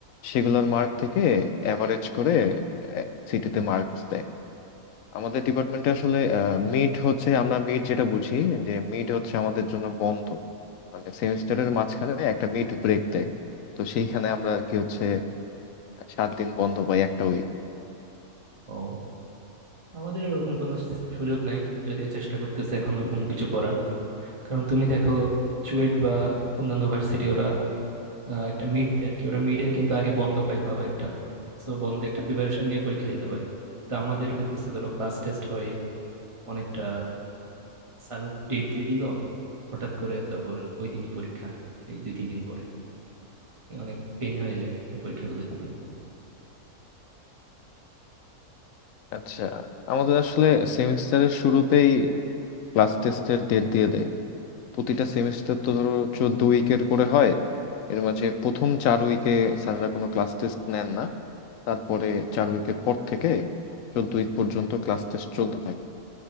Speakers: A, on the left; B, on the right.
A: সেগুলোর মার্ক থেকে অ্যাভারেজ করে সিটিতে মার্কস দেয় আমাদের ডিপার্টমেন্টে আসলে মিড হচ্ছে আমরা মিড যেটা বুঝি যে মিড হচ্ছে আমাদের জন্য বন্ধ মানে সেমিস্টারের মাঝখানে একটা মিড ব্রেক দেয় তো সেইখানে আমরা আর কি হচ্ছে সাত দিন বন্ধ পাই একটা উইক
B: ও আমাদের এরকম কোনো সু- সুযোগ নাই যদিও চেষ্টা করতেছে এখন ওরকম কিছু করার কারণ তুমি দেখো চুয়েট বা অন্যান্য ভার্সিটি ওরা আহ, একটা মিড দেয় আর কি ওরা মিডে কিন্তু আগে বন্ধ পায় ভালো একটা সো বন্ধে একটা প্রিপারেশন নিয়ে পরীক্ষা দিতে পারে তো আমাদের হইতেছে ধরো ক্লাস টেস্ট হয় অনেকটা স্যার ডেট দিয়ে দিল হঠাৎ করে তারপর ওই দিনই পরীক্ষা এই দুই তিন দিন পরে অনেক পেন হয়ে যায় এই পরীক্ষাগুলো দিতে
A: আচ্ছা আমাদের আসলে সেমিস্টারের শুরুতেই ক্লাস টেস্টের ডেট দিয়ে দেয় প্রতিটা সেমিস্টার তো ধরো চোদ্দ উইকের করে হয় এর মাঝে প্রথম চার উইকে স্যাররা কোনো ক্লাস টেস্ট নেন না তারপরে চার উইকের পর থেকে চোদ্দ উইক পর্যন্ত ক্লাস টেস্ট চলতে থাকে